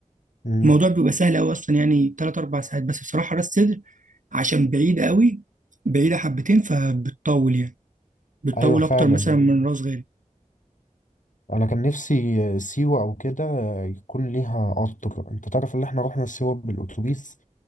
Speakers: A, on the left; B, on the right.
A: امم
B: الموضوع بيبقى سهل أوي أصلا يعني تلات أربع ساعات بس بصراحة راس سدر عشان بعيدة أوي بعيدة حبتين فبتطول يعني بتطول
A: ايوه فعلا
B: أكتر مثلا من راس غارب
A: انا كان نفسي سيوة او كده يكون ليها قطر انت تعرف ان احنا رحنا سيوة بالاتوبيس